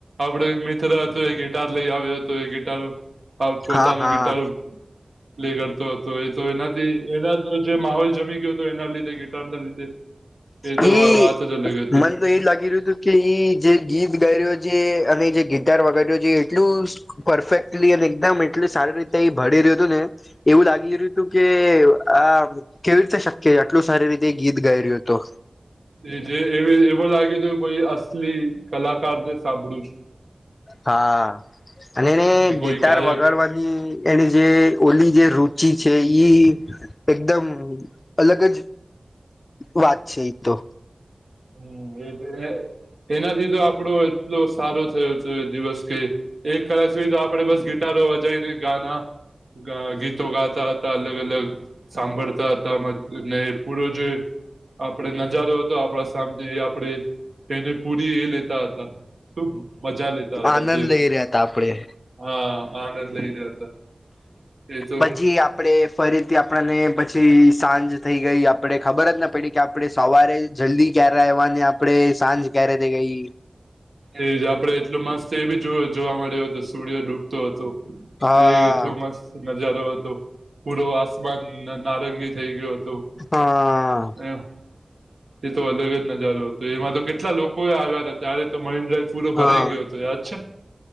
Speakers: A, on the right; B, on the left.
A: આપડો એક મિત્ર હતો એ ગિતાર લઈ આવ્યો હતો એ ગીતાર આ પોતાનો
B: હા હા
A: ગિતારો પ્લે કરતો હતો એ તો એનાથી એના તો જે માહોલ જમી ગયો હતો એના લીધે ગિટારના લીધે. એ તો
B: ઈ
A: વાત જ અલગ હતી.
B: મન તો એ લાગી રહ્યું હતું કે એ જે ગીત ગાઈ રહ્યો છે અને જે ગીતાર વગાડ્યો છે એટલું પરફેક્ટલી અને એકદમ એટલી સારી રીતે એ બી રહ્યું હતું ને એવું લાગી રહ્યું હતું કે આ કેવી રીતે શક્ય એટલું સારી રીતે ગીત ગાઈ રહ્યો હતો.
A: એ જે એવું લાગ્યું હતું કે કોઈ અસલી કલાકારને સાંભળું છ
B: હા અને એને
A: છું કે કોઈ
B: ગિટાર
A: ગાયક
B: વગાડવાની એને જે ઓલી જે રુચિ છે ઈ એકદમ અલગ જ વાત છે એ તો
A: હમ એ એનાથી તો આપડો એટલો સારો થયો છે દિવસ કે એક કલાક સુધી તો આપણે બસ ગી ગિતારો વજાઈને ગાના અ ગીતો ગાતા હતા અલગ અલગ સાંભળતા હતાને પૂરો જે આપડે નજારો હતો આપણા સાથે આપડે એને પૂરી એ લેતા હતા. શુ મજા લેતા હતા
B: આનંદ
A: જે
B: લઈ રહ્યા હતા આપણેે
A: હા આનંદ લઈ રયા હતા. એ તો
B: પછી આપડે ફરીથી આપણને પછી સાંજ થઈ ગઈ આપણે ખબર જ ના પડી કે આપણે સવારે જલ્દી ક્યારે આયવા ને આપડે સાંજ ક્યારે થઈ ગઈ.
A: એજ આપડે એટલો મસ્ત એ બી જોયો જોવા મળ્યો હતો સુડ્ય ડૂબતો હતો.
B: હા
A: એ એટલો મસ્ત નજારો હતો પૂડો આસમાન નારંગી થઈ ગયું હતું
B: હા.
A: હ એ તો અલગ જ નજારો હતો એમાં તો કેટલા લોકો એ આવ્યા હતા. ત્યારે તો મરીન ડ્રાઈવ પૂરો ભરાઈ
B: હા
A: ગયો હતો યાદ છે?